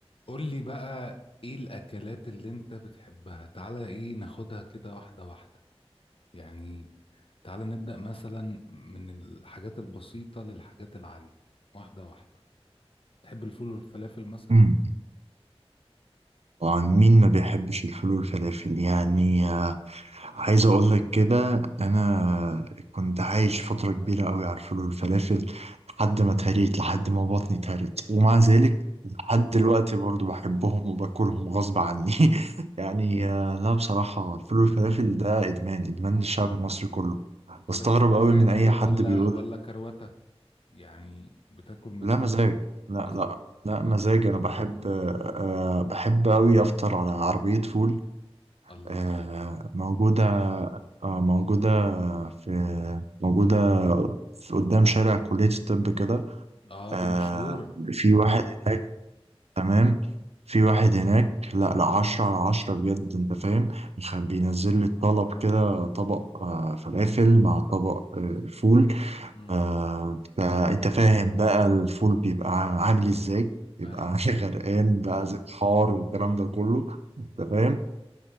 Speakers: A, on the left; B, on the right.
A: قول لي بقى ايه الاكلات اللي انت بتحبها تعالى ايه ناخدها كده واحدة واحدة يعني تعالى نبدأ مثلا من الحاجات البسيطة للحاجات العالية واحدة واحدة تحب الفول والفلافل مثلا
B: مم. طبعا مين ما بيحبش الفول والفلافل يعني آه، عايز اقول لك كده انا كنت عايش فتره كبيره قوي على الفول والفلافل لحد
A: مم.
B: ما اتهريت لحد ما بطني اتهرت ومع ذلك لحد دلوقتي برضو بحبهم وباكلهم غصب عني <laughs> يعني آه، لا بصراحه الفول والفلافل ده ادمان ادمان للشعب المصري كله بستغرب
A: بس مزاج
B: قوي من اي
A: ولا
B: حد بيقول
A: ولا كروتة يعني بتاكل مزاج
B: لا مزاج لا
A: مزاج
B: لا لا مزاج انا بحب آه، آه، بحب قوي افطر على عربيه فول
A: الله
B: آه،
A: عليك
B: موجودة آه، موجودة في موجودة في قدام شارع كلية الطب كده
A: اه
B: آه،
A: دي مشهورة
B: في واحد هناك تمام في واحد هناك لا لا عشرة على عشرة بجد انت فاهم بيخ- بينزل لي الطلب كده طبق آه، فلافل مع طبق آه، فول
A: امم
B: آه، ده انت فاهم بقى الفول بيبقى عامل ازاي بيبقى
A: ايوه
B: <laughs> غرقان بقى زي الحار والكلام ده كله انت فاهم